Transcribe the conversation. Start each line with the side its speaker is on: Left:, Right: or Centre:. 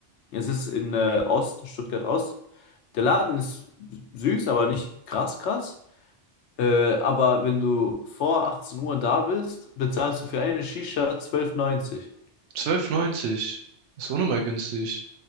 Left: Es ist in äh, Ost, Stuttgart Ost. Der Laden ist süß, aber nicht krass krass. Äh, aber wenn du vor 18 Uhr da bist, bezahlst du für eine Shisha 12,90.
Right: 12,90. Ist auch nochmal günstig.